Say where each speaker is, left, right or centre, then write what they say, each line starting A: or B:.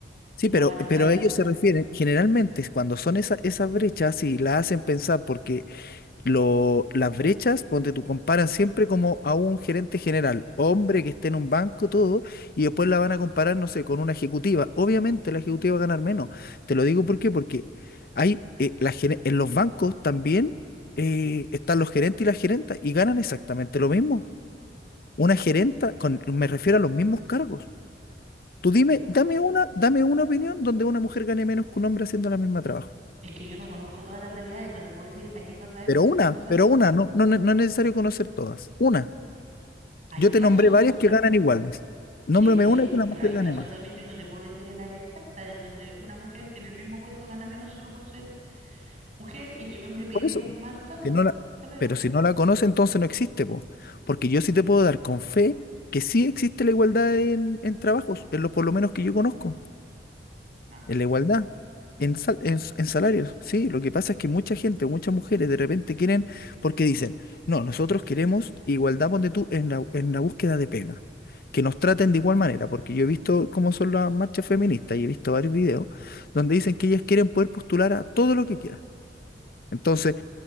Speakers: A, on the left; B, on the right.
A: sí,
B: no
A: pero
B: van a estar.
A: pero ellos se refieren generalmente cuando son esas esas brechas y la hacen pensar porque lo- las brechas, donde tú comparan siempre como a un gerente general, hombre que esté en un banco, todo, y después la van a comparar, no sé, con una ejecutiva. Obviamente la ejecutiva va a ganar menos. Te lo digo ¿por qué? porque hay, eh, las gere- en los bancos también eh, están los gerentes y las gerentas y ganan exactamente lo mismo. Una gerenta, con, me refiero a los mismos cargos. Tú dime,
B: No.
A: dame una, dame una opinión donde una mujer gane menos que un hombre haciendo la misma trabajo.
B: Es que yo no conozco todas las realidades, no te puedo decir aquí pasa esto,
A: Pero
B: aquí
A: una,
B: no pasa
A: pero
B: esto.
A: una, no, no, no es necesario conocer todas. Una.
B: Hay
A: Yo te
B: casos,
A: nombré varias que
B: ah,
A: ganan iguales. Nómbrame
B: sí, pero hay,
A: una que la mujer
B: pero hay casos
A: gane más.
B: también, yo no te puedo decir el área exacta en donde una mujer que en el mismo puesto gana menos solo por ser mujer y que el hombre pidió
A: Por eso, po.
B: más saldo,
A: Si no la,
B: salario.
A: pero si no la conoce, entonces no existe, po. Porque yo sí te puedo dar con fe que sí existe la igualdad en, en trabajos, en lo por lo menos que yo conozco.
B: No.
A: En la igualdad, en, sal- en, s- en salarios, sí. Lo que pasa es que mucha gente, muchas mujeres de repente quieren, porque dicen, no, nosotros queremos igualdad, ponte tú, en la, en la búsqueda de pega. Que nos traten de igual manera, porque yo he visto cómo son las marchas feministas y he visto varios videos donde dicen que ellas quieren poder postular a todo lo que quieran. Entonces,